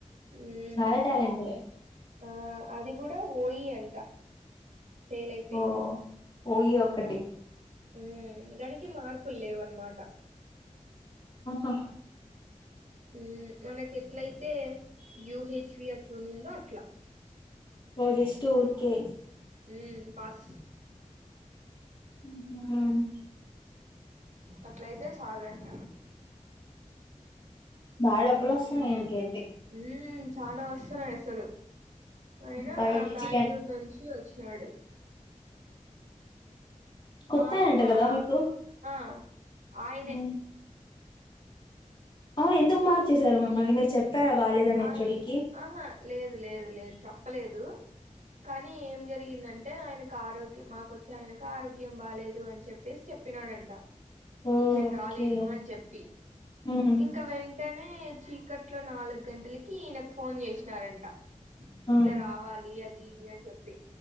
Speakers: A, on the right; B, on the left.
A: ఉమ్
B: చాలా ట్యాలెంట్డే
A: ఆ అది కూడా ఓయి అంట ఫెయిల్ అయిపోయింది.
B: ఓ ఓయి ఒకటి
A: ఉమ్ దానికి మార్కులు లేవు అన్నమాట
B: ఆహా
A: ఉ మనకు ఇట్లయితే యయుహెచ్వి అట్లుందో అట్లా
B: ఓ జస్ట్ ఊర్కే
A: మ్ పాస్
B: ఉహు గాదు
A: అట్లయితే చాలంట
B: బాగా డబ్బులు వస్తున్నాయి
A: ఉ
B: ఆయనకైతే
A: ఊ చానా వస్తున్నాయి అసలు అయినా
B: బాగా రిచ్
A: బెంగళూరు నుంచి వచ్చినాడు.
B: <inaudible> కొత్తాయినంట
A: మా మా
B: కదా మీకు?
A: ఆ ఆయనే
B: ఉ అవును ఎందుకు మార్చేశారు
A: సి
B: మమ్మల్ని మీరు చెప్పారా బాలేదని
A: ఆయన
B: హెచ్చోడికి?
A: ఆహా లేదు లేదు లేదు చెప్పలేదు కానీ ఏం జరిగిందంటే ఆయనకు ఆరోగ్యం మాకొచ్చి ఆయనకు ఆరో గ్యం బాలేదు అని చెప్పేసి చెప్పినాడంట
B: ఓకే
A: నేను రాలేను అని చెప్పి
B: ఉమ్
A: ఇంకా వెంటనే చీకట్లో నాలుగు గంటలకి నాకు ఫోన్ చేసినారంట.
B: ఆ
A: ఇట్లా రావాలి అది ఇది అని చెప్పి